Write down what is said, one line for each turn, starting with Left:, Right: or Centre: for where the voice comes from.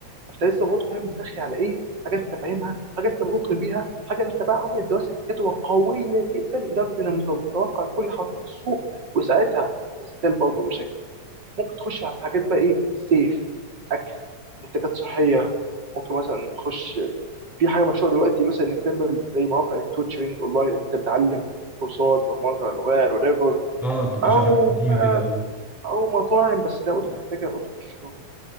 Right: فانت لسه برضه فاهم انت داخل على ايه حاجه انت فاهمها حاجه انت موقن بيها حاجه انت بقى عامل دراسه جدوى قويه جدا لدرجه انك مت- متوقع كل حركات السوق وساعتها ستيل برضه مشاكل ممكن تخش في حاجات بقى ايه سيف اكل منتجات صحيه ممكن مثلا تخش في حاجه مشهوره دلوقتي مثلا انك تعمل زي مواقع التوتشرنج اونلاين انت بتعلم كورسات برمجه لغات whatever
Centre: اه بتبقى
Right: او
Centre: شغال في تيمي
Right: بقى
Centre: كده ايوه
Right: او مطاعم بس ده برضه محتاجه برضه الشغل